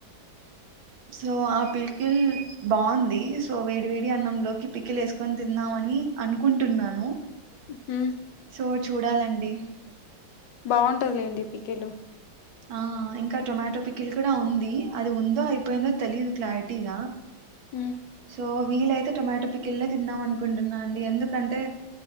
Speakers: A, on the right; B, on the left.
A: సో ఆ పికిల్ బాగుంది సో వేడి వేడి అన్నంలోకి పిక్కిల్ వేసుకొని తిందామని అనుకుంటున్నాను
B: హ
A: సో చూడాలండి
B: బాగుంటదిలేండి పీకేలు
A: ఆ ఇంకా టొమాటో పిక్కిల్ కూడా ఉంది అది ఉందో అయిపోయిందో తెలియదు క్లారిటీగా
B: హ
A: సో వీలైతే టొమాటో పిక్కిల్నే తిందాం అనుకుంటున్నా అండి ఎందుకంటే